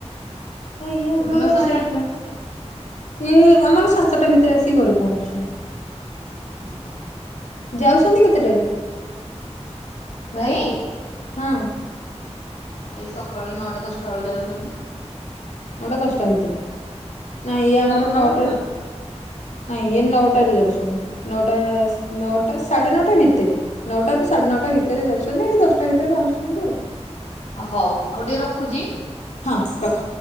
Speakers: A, on the left; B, on the left.
A: ଆ ଇଏ
B: କୋଉଦିନ
A: ଆମର
B: ସାଢେ
A: ସେଠି
B: ଆଠଟା
A: ଇଏ ଆମର ସାତଟା ଭିତରେ ଆସିକି ଘରେ ପହଞ୍ଚୁଛନ୍ତି।
B: ହୁଁ ହୁଁ
A: ଯାଉଛନ୍ତି କେତେଟାରେ?
B: ଭାଇ
A: ହଁ
B: ଭାଇ ସକାଳ ନଅଟା ଦଶଟା ବେଳକୁ ଯାଉଛନ୍ତି।
A: ନାହିଁ କଷ୍ଟ ଆଇତରେ ନାଇଁ ଏଇ ଆମର
B: ଦଶଟା
A: ନୋଟ
B: ବେଳକୁ ଯାଉଛନ୍ତି।
A: ନାଇଁ ଇ ନଅଟାରେ ଯାଉଛନ୍ତି। ନଅଟା ନଅଟା ସାଢେ ନଅଟା ଭିତରେ। ନଅଟାରୁ ସାଢ଼େ ନଅଟା ଭିତରେ ଯାଉଛନ୍ତି ଏଇଠି ଦଶଟା ଭିତରେ ପହଞ୍ଚୁଛନ୍ତି ଆଉ।
B: ହଉ ହଉ ଟିକେ ରଖୁଛି।
A: ହଁ ରଖ